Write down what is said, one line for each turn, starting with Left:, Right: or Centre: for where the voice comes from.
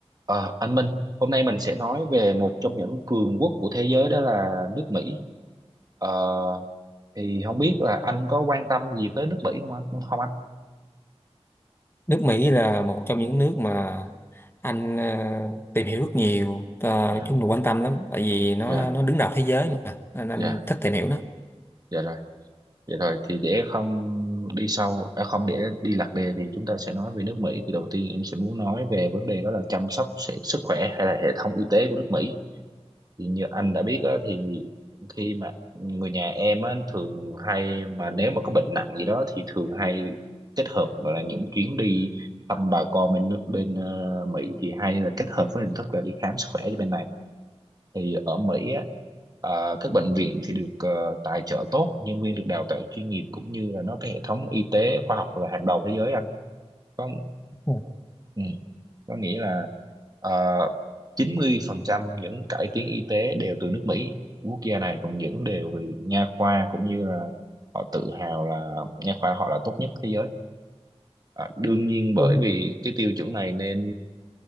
Right: Ờ, anh Minh, hôm nay mình sẽ nói về một trong những cường quốc của thế giới đó là nước Mỹ. Ờ, thì không biết là anh có quan tâm gì tới nước Mỹ không anh? Không anh?
Left: Nước Mỹ là một trong những nước mà anh ờ, tìm hiểu rất nhiều ờ,
Right: Dạ,
Left: chung là quan tâm lắm tại vì nó
Right: dạ,
Left: nó đứng đầu thế giới mà nên anh
Right: dạ,
Left: thích tìm hiểu nó
Right: dạ rồi. Dạ rồi, thì để không đi sâu, à, không để đi lạc đề thì chúng ta sẽ nói về nước Mỹ. Thì đầu tiên em sẽ muốn nói về vấn đề đó là chăm sóc sẽ- sức khỏe hay là hệ thống y tế của nước Mỹ. thì như anh đã biết á, thì khi mà người nhà em á, thường hay mà nếu mà có bệnh nặng gì đó thì thường hay kết hợp gọi là những chuyến đi thăm bà con bên nước bên ờ, Mỹ thì hay là kết hợp với hình thức là đi khám sức khỏe cho bên này thì ở Mỹ á, ờ, các bệnh viện thì được ờ, tài trợ tốt nhân viên được đào tạo chuyên nghiệp cũng như là nó cái hệ thống y tế khoa học là hàng đầu thế giới có
Left: Ừ,
Right: ừ, có nghĩa là uh, 90% những cải tiến y tế đều từ nước Mỹ quốc gia này còn những đều về nha khoa cũng như là họ tự hào là nha khoa họ là tốt nhất thế giới Ờ, đương nhiên bởi
Left: đúng rồi.
Right: vì cái tiêu chuẩn này nên